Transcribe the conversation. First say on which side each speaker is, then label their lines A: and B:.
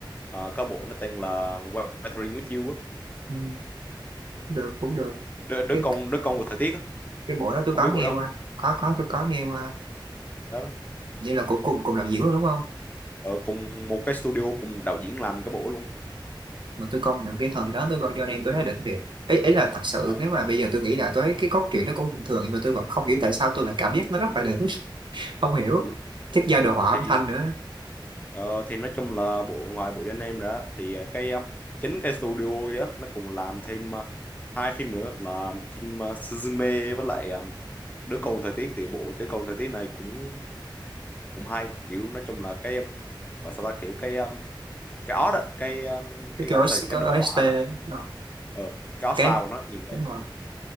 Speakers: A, on the left; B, on the right.
A: ờ, có bộ nó tên là Weathering with You á.
B: ừ, được cũng được
A: đứa, đứa
B: cái
A: con đứa con của thời tiết á
B: cái bộ đó tôi
A: không
B: có
A: biết bộ
B: nghe
A: đó không
B: qua có có tôi có nghe qua
A: đó, đó.
B: vậy là cuối cùng cùng đạo diễn luôn đúng không
A: Ờ, cùng một cái studio cùng đạo diễn làm cái bộ luôn
B: mà tôi công nhận cái thời đó tôi coi Johnny tôi thấy đỉnh thiệt ấy ấy là thật sự
A: Ờ,
B: nếu mà bây giờ tôi nghĩ lại tôi thấy cái cốt truyện nó cũng bình thường nhưng mà tôi vẫn không hiểu tại sao tôi lại cảm giác nó rất
A: ừ,
B: là đỉnh <laughs> không hiểu
A: ừ.
B: chắc do đồ họa âm
A: thì
B: thanh nữa
A: ờ, thì nói chung là bộ ngoài bộ anh em ra thì ờ, cái ờ, chính cái studio kia á, nó cùng làm thêm ờ, hai phim nữa là phim ờ, Suzume với lại ờ, đứa con thời tiết thì bộ đứa con thời tiết này cũng cũng hay kiểu nói chung là cái ờ, gọi sao ta kiểu cái cái ót á cái ờ,
B: cái
A: cái gọi
B: OST
A: là sao nhỉ? cái
B: cái
A: đồ
B: OST
A: họa nó
B: nó-
A: ờ cái ót
B: cái
A: sao của nó nhìn đẹp
B: đúng rồi